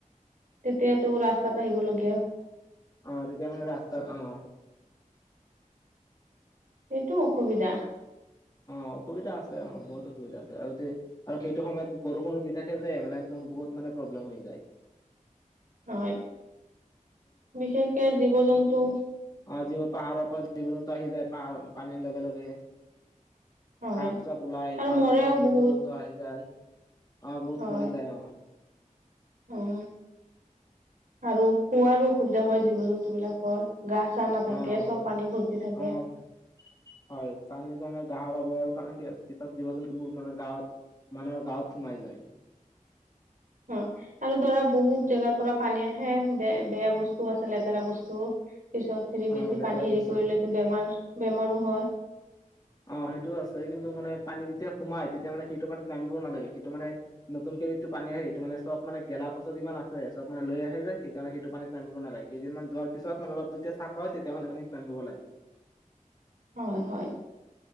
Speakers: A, on the right; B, on the left.
A: তেতিয়া তো ৰাস্তাত আহিব লগিব
B: অ তেতিয়া মানে ৰাস্তাত অ
A: সেইটো অসুবিধা
B: অ অসুবিধা আছে অ বহুত অসুবিধা আছে আৰু আৰু সেইটো সময়ত বৰষুণো দি থাকে যে মানে একদম বহুত মানে। প্ৰব্লেম হৈ যায়।
A: হয়, বিশেষকে জীৱ জন্তু
B: অৱ, যিৱোৰ পাহাৰৰ পৰা জীৱ জন্তু আহি যায় পাহাৰ পানীৰ লগে লগে
A: হয়।
B: সাপ চাপ ওলাই
A: আৰু
B: পাহাৰৰ
A: মৰেও
B: পৰা জন্তু
A: বহুত,
B: জন্তু আহি যায়। অৱ বহুত
A: হয়,
B: মৰি যায় অৱ
A: উম আৰু খোৱাৰো অসুবিধা হয় জীৱ জন্তু বিলাকৰ গা-চা নাথাকে
B: অৱ
A: চব পানী ভৰ্তি থাকে।
B: অৱ হয়, পানীৰ কাৰণে গাহৰব জীৱ জন্তুবোৰ মানে গাঁৱত মানুহৰ গাঁৱত সোমাই যায়।
A: অ আৰু ধৰা বহুত জেগাৰ পৰা পানী আহে বে বেয়া বস্তু আছে লেতেৰা বস্তু পিছত হেৰি
B: অ',
A: বেছি
B: লেতেৰা
A: পানী হেৰি
B: বস্তু
A: কৰিলেতো বেমাৰ বেমাৰো হয়
B: অ সেইটোও আছে কিন্তু মানে পানী যেতিয়া সোমাই তেতিয়া মানে সেইটো পানীত নামিবও নালাগে সেইটো মানে নতুন যিটো পানী আহে সেটো মানে চব মানে গেলা পচা যিমান আছে চব মানে লৈ আহে যে সেইকাৰণে সেইটো পানী নামিব নালাগে কেইদিনমান যোৱাৰ পিছত মানে অলপ যেতিয়া চাফা হয় তেতিয়া মানে পানীত নামিব লাগে।
A: হয় হয়।